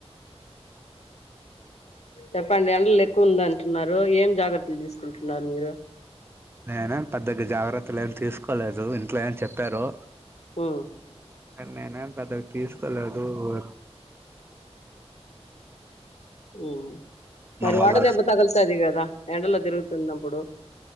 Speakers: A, on the left; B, on the right.
A: చెప్పండి ఎండలు ఎక్కువ ఉంది అంటున్నారు ఏం జాగ్రత్తలు తీసుకుంటున్నారు మీరు.
B: నేనేమ్ పెద్దగా జాగ్రత్తలు ఏమి తీసుకోలేదు ఇంట్లో ఏమ్ చెప్పారు.
A: ఉ
B: నీనేమ్ పెద్దగా తీసుకోలేదు వ
A: ఉ మరి
B: వల్ల
A: వాడదెబ్బ తగులుతది కదా ఎండలో తిరుగుతున్నప్పుడు.